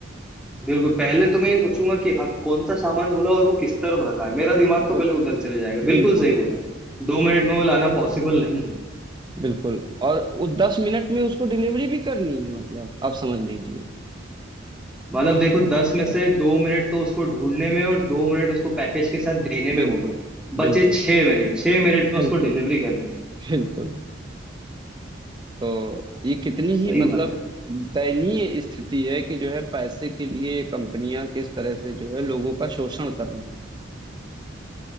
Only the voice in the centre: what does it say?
बिल्कुल पहले तो मैं ये सोचूंगा कि हाँ कौन सा सामान बोला और वो किस तरफ रखा है मेरा दिमाग तो
पहले उधर चले जाएगा बिल्कुल
सही बोला दो मिनट में वो लाना पॉसिबल नहीं है
मतलब देखो दस में से दो मिनट तो उसको ढूंढने में और दो मिनट उसको पैकेज के साथ देने में
हो गया
बचे छह मिनट छह मिनट
में उसको डिलीवरी करनी
सही
बात है